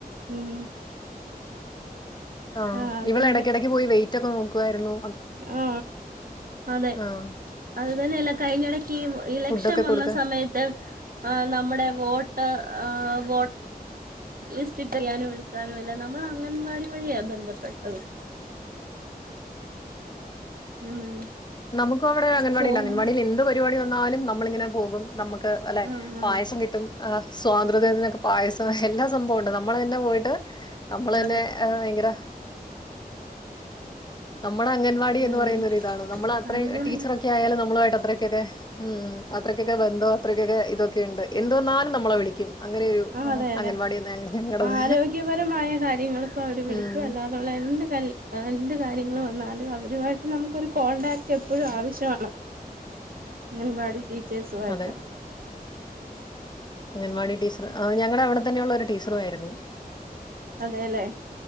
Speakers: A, on the right (about 65°); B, on the left (about 30°).
A: ഉം
B: ആ
A: ആഹ്
B: ഇവള് ഇടക്ക് ഇടക്ക് പോയി വെയിറ്റ് ഒക്കെ നോക്ക് വരുന്നു
A: ആ അതെ
B: ആഹ്
A: അത് തന്നെല്ല കഴിഞ്ഞിടയ്ക്ക് ഈ ഇലക്ഷൻ
B: ഫുഡൊക്കെ
A: വന്ന
B: കൊടുക്കാൻ
A: സമയത്ത് ആ നമ്മുടെ വോട്ടർ ആ വോ ലിസ്റ്റ് ചെയ്യാനും എടുക്കാനും അല്ല നമ്മൾ അംഗൻവാടി വഴിയാ ബന്ധപ്പെട്ടത് ഉം
B: നമുക്കിവിടെ അംഗൻവാടി
A: ഫോൺ
B: ണ്ടായിരുന്നു അംഗൻവാടിയിൽ ന്ത് പരിപാടി എന്നാലും നമ്മളിങ്ങനെ പോകും നമുക്ക് അല്ലെ
A: ആഹ് ആഹ്
B: പായസം കിട്ടും ആ സ്വാതന്ത്ര്യദിനനൊക്കെ പായസം എല്ലാ സംഭവുണ്ട് നമ്മള തന്നെ പോയിട്ട് നമ്മൾ തന്നെ
A: അതെ
B: ഭയങ്കര നമ്മുടെ അംഗൻവാടി
A: ഉം
B: എന്ന് പറയുന്നൊ ഇതാണ് നമ്മള അത്ര
A: അത് തന്നെ
B: ടീച്ചറൊക്കെ ആയാലും നമ്മളു ആട്ട് അത്രക്കൊക്കെ ഉം അത്രയ്ക്കൊക്കെ ബന്ധോ അത്രക്കൊക്കെ ഇതൊക്കെയ ഉണ്ട് എന്തന്നാലും നമ്മളെ വിളിക്കും അങ്ങനെയൊരു
A: ആ അതെ അതെ
B: അംഗൻവാടി തന്നെ ഞങ്ങ ഞങ്ങടത്.
A: ആരോഗ്യപരമായ കാര്യങ്ങൾക്കും അവര് വിളിക്കും
B: ഉം
A: അല്ലാതുള്ള എന്ത് കല് എന്ത് കാര്യങ്ങൾ വന്നാലും അവരുമായിട്ട് നമുക്കൊരു കോൺടാക്ട് എപ്പോഴും ആവശ്യമാണ് ഞാൻ പാടി ച്ചേസ് വായിട്ട്
B: അതെ അംഗൻവാടി ടീച്ച ഞങ്ങളുടെ അവിടെ തന്നെയുള്ള ഒരു ടീച്ചറുയിരുന്നു
A: അതെല്ലേ